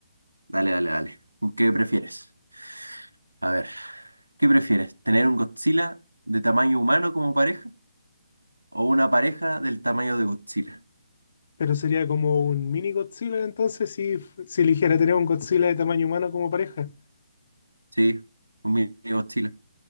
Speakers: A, on the right; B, on the left.
A: Dale, dale, dale. ¿Qué prefieres? A ver, ¿qué prefieres? ¿Tener un Godzilla de tamaño humano como pareja o una pareja del tamaño de Godzilla?
B: Pero sería como un mini Godzilla entonces si, f- si eligiera tener un Godzilla de tamaño humano como pareja.
A: Sí, un mini Godzilla.